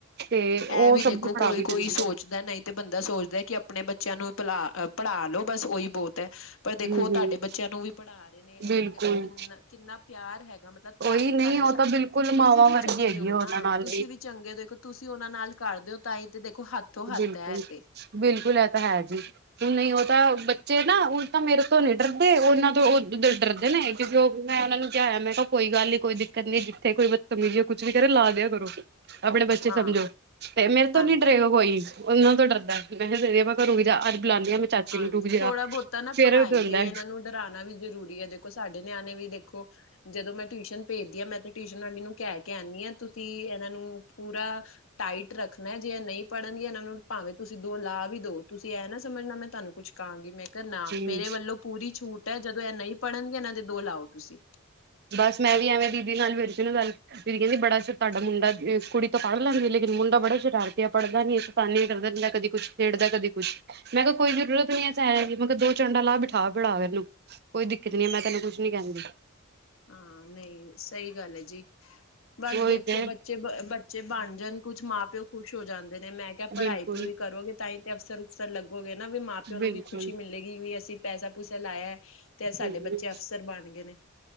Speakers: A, on the right; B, on the left.
A: ਤੇ ਉਹ
B: ਇਹ ਵੀ ਦੇਖੋ
A: ਸਬ ਨੂੰ ਪੜਾ
B: ਕੋਈ
A: ਵੀ
B: ਕੋਈ
A: ਦਿੰਦੀ
B: ਸੋਚਦਾ
A: ਐ
B: ਨਹੀਂ ਤੇ ਬੰਦਾ ਸੋਚਦਾ ਕਿ ਆਪਣੇ ਬੱਚਿਆਂ ਨੂੰ ਪਲਾ ਪੜ੍ਹਾ ਲੋ ਬਸ ਉਹੀ ਬਹੁਤ ਹੈ। ਪਰ ਦੇਖੋ
A: ਹੂੰ,
B: ਉਹ
A: ਹੂੰ
B: ਤੁਹਾਡੇ ਬੱਚਿਆਂ ਨੂੰ ਵੀ ਪੜ੍ਹਾ ਰਹੇ ਨੇ
A: ਬਿਲਕੁਲ
B: ਇਹ ਵੀ ਦੇਖੋ ਕਿੰਨਾ ਕਿੰਨਾ ਪਿਆਰ ਹੈਗਾ ਮਤਲਬ। ਤਾਂ
A: ਉਹੀ ਨਹੀਂ
B: ਤਹਾਡੇ
A: ਉਹ ਤਾਂ ਬਿਲਕੁਲ ਮਾਵਾਂ
B: ਤੁਸੀਂ ਵੀ
A: ਵਰਗੀ
B: ਚੰਗੇ
A: ਹੈਗੀ
B: ਹੋ
A: ਉਹਨਾਂ
B: ਨਾ
A: ਨਾਲ
B: ਤੁਸੀਂ ਵੀ ਚੰਗੇ ਦੇਖੋ ਤੁਸੀਂ ਉਹਨਾਂ ਨਾਲ ਕਰਦੇਓ ਤਾਂ ਹੀ ਤੇ ਦੇਖੋ ਹੱਥੋ ਹੱਥ
A: ਬਿਲਕੁਲ
B: ਹੈ ਤੇ।
A: ਬਿਲਕੁਲ ਇਹ ਤਾਂ ਹੈ ਜੀ। ਹੁਣ ਨਹੀਂ ਉਹ ਤਾਂ ਬੱਚੇ ਨਾ ਤਾਂ ਮੇਰੇ ਤੋਂ ਨਹੀਂ ਡਰਦੇ ਉਹਨਾਂ ਤੋਂ ਉਹ ਡਰਦੇ ਨੇ ਕਿਉਂਕਿ ਉਹ ਮੈਂ ਉਹਨਾਂ ਨੂੰ ਕਿਹਾਇਆ ਮੈਂ ਕਿਹਾ ਕੋਈ ਗੱਲ ਨੀ ਕੋਈ ਦਿੱਕਤ ਨੀ ਜਿੱਥੇ ਕੋਈ ਬਦਤਮੀਜੀ ਕੋਈ ਕੁਛ ਵੀ ਕਰੇ ਲਾ ਦਿਆ ਕਰੋ ਕਿ ਆਪਣੇ ਬੱਚੇ
B: ਹਾਂ
A: ਸਮਝੋ ਤੇ ਮੇਰੇ ਤੋਂ
B: ਹਾਂਜੀ।
A: ਨੀ ਡਰੇ ਹੋ ਕੋਈ ਉਹਨਾਂ ਤੋਂ ਡਰਦਾ ਮੈਂ ਕਿਹਾ ਘਰੋਂ ਵੀ ਅੱਜ ਬੁਲਾਉਦੀ ਹਾਂ ਮੈਂ ਚਾਚੀ
B: ਹਾਂਜੀ
A: ਨੂੰ ਰੁਕ ਜਾ
B: ਥੋੜਾ ਬਹੁਤਾ ਨਾ
A: ਫੇਰ
B: ਪੜ੍ਹਾਈ
A: ਉਹ ਹੁੰਦਾ
B: ਲਈ ਇਹਨਾਂ ਨੂੰ ਡਕ ਪੜਾਣਾ ਵੀ ਜਰੂਰੀ ਹੈ ਦੇਖੋ ਸਾਡੇ ਨਿਆਣੇ ਵੀ ਦੇਖੋ ਜਦੋਂ ਮੈਂ ਟਿਊਸ਼ਨ ਭੇਜਦੀ ਆ ਮੈਂ ਤੇ ਟਿਊਸ਼ਨ ਵਾਲੀ ਨੂੰ ਕਹਿ ਕੇ ਆਨੀ ਆ ਤੁਸੀਂ ਇਹਨਾਂ ਨੂੰ ਪੂਰਾ ਟਾਈਟ ਰੱਖਣਾ ਜੇ ਇਹ ਨਹੀਂ ਪੜ੍ਹਨ ਦੀ ਇਹਨਾਂ ਨੂੰ ਭਾਵੇਂ ਤੁਸੀਂ ਦੋ ਲਾਹ ਵੀ ਦਓ ਤੁਸੀਂ ਇਹ ਨਾ ਸਮਝਣਾ ਮੈਂ ਤੁਹਾਨੂੰ ਕੁੱਛ ਕਹਾਂਗੀ ਮੈਂ ਕਿਹਾ ਨਾ
A: ਹੂੰ
B: ਮੇਰੇ ਵੱਲੋਂ ਪੂਰੀ ਛੂਟ ਹੈ ਜਦੋਂ ਇਹ ਨਹੀਂ ਪੜ੍ਹਨਗੇ ਇਹਨਾਂ ਦੇ ਦੋ ਲਾਓ ਤੁਸੀਂ
A: ਬਸ ਮੈਂ ਵੀ ਐਵੇਂ ਦੀਦੀ ਨਾਲ ਨਬੇੜਤੀ ਗੱਲ ਦੀਦੀ ਕਹਿੰਦੀ ਬੜਾ ਸਰਾ ਤੁਹਾਡਾ ਮੁੰਡਾ ਕੁੜੀ ਤਾ ਪੜ ਲੈਂਦੀ ਲੇਕਿਨ ਮੁੰਡਾ ਬੜਾ ਸ਼ਰਾਰਤੀ ਐ ਪੜਦਾ ਨਈ ਏ ਤਾਂ ਸਤਾਨੀ ਕਰਦਾ ਰਹਿੰਦਾ ਕਦੀ ਕੁੱਛ ਛੇੜਦਾ ਕਦੀ ਕੁੱਛ ਮੈਂ ਕਿਹਾ ਕੋਈ ਜ਼ਰੂਰਤ ਨੀ ਹੈ ਸੇਹ ਲੇਣ ਮੈਂ ਕਿਹਾ ਦੋ ਚੰਡਾ ਲਾਹ ਬਿਠਾ ਪੜਾ ਇਹਨੂੰ ਕੋਈ ਦਿੱਕਤ ਨੀ ਐ ਮੈਂ ਤੇ ਇਹਨੂੰ ਕੁਛ ਨੀ ਕਹਿੰਦੀ
B: ਹਾਂ ਨਹੀਂ ਸਹੀ ਗੱਲ ਹੈ ਜੀ ਬਸ
A: ਉਹੀ
B: ਦੇਖੋ
A: ਤੇ
B: ਬੱਚੇ ਬ ਬੱਚੇ ਬਣ ਜਾਣ ਕੁੱਝ ਮਾਂ ਪਿਓ ਖੁਸ਼ ਹੋ ਜਾਂਦੇ ਨੇ ਮੈਂ ਕਿਹਾ ਪੜ੍ਹਾਈ
A: ਬਿਲਕੁਲ
B: ਪੜੂਈ ਕਰੋਗੇ ਤਾਂ ਹੀ ਤੇ ਅਫਸਰ ਅਫਸੁਰ ਲੱਗੋਗੇ ਨਾ ਵੀ ਮਾਂ ਪਿਓ
A: ਬਿਲਕੁਲ
B: ਨੂੰ ਵੀ ਖੁਸ਼ੀ ਮਿਲੇਗੀ ਵੀ ਅਸੀਂ ਪੈਸਾ ਪੂਸਾ ਲਾਇਆ ਤੇ ਸਾਡੇ
A: ਹਮ।
B: ਬੱਚੇ ਅਫਸਰ ਬਣ ਗਏ ਨੇ